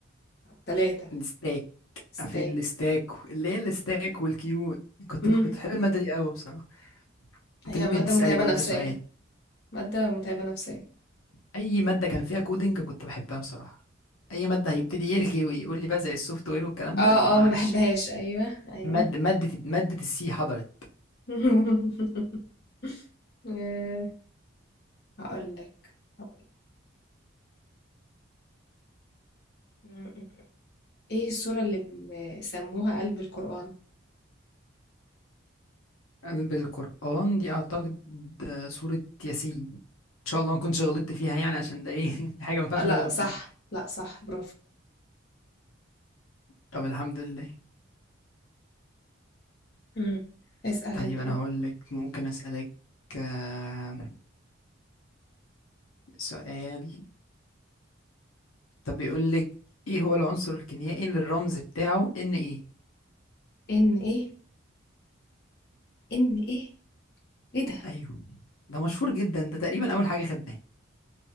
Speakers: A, on the left; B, on the left.
A: ثلاثة
B: الستاك
A: ستاك
B: عارفين الستاك اللي هي الستاك والكيو كنت
A: مم.
B: كنت بحب الماده دي قوي بصراحه انت
A: هي
B: ممكن
A: مادة
B: تسالي
A: متعبة
B: برضو
A: نفسيا
B: سؤال
A: مادة متعبة نفسيا
B: اي ماده كان فيها كودينج كنت بحبها بصراحه اي ماده هيبتدي يرغي ويقول لي بقى زي السوفت وير والكلام
A: اه
B: ده لا معلش
A: اه ما بحبهاش ايوه ايوه
B: ماده ماده ماده السي حضرت
A: <laughs> آه، هقول لك هقول لك ايه السورة اللي بيسموها قلب القرآن
B: قلب القرآن دي اعتقد سورة ياسين ان شاء الله ما كنتش غلطت فيها يعني عشان ده ايه <laughs> حاجة ما ينفعش
A: آه، لا
B: نغلط
A: صح
B: فيها
A: لا صح برافو
B: طب الحمد لله
A: مم. اسأل
B: طيب
A: انت
B: انا
A: بقى
B: هقول لك ممكن اسألك آه، سؤال طب بيقول لك ايه هو العنصر الكيميائي اللي الرمز بتاعه ان ايه
A: ان ايه ان ايه ايه ده
B: ايوه ده مشهور جدا ده تقريبا اول حاجة خدناها